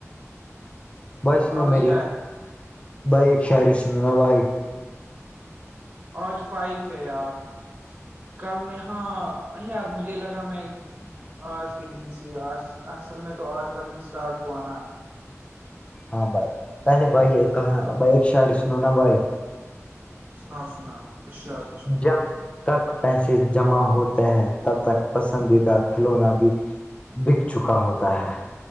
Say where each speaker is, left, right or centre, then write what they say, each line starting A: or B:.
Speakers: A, on the left; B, on the right.
A: وسنو
B: آج
A: میری
B: کیا
A: بھائی خاری سلینا بھائی
B: آج فائف ہے یار کل نے ہاں یار مجھے لگا میں آج کے دن سے اصل میں تو آج کا دن اسٹارٹ ہوا نا
A: ہاں بھائی پلے بائی ایک ب ایک شریس ن نا بھائی
B: سناؤ سناؤ خشیاد
A: ج تک پیسے جمع ہوتے ہیں تب تک پسندیدہ کھلونا بھی بک چکا ہوتا ہے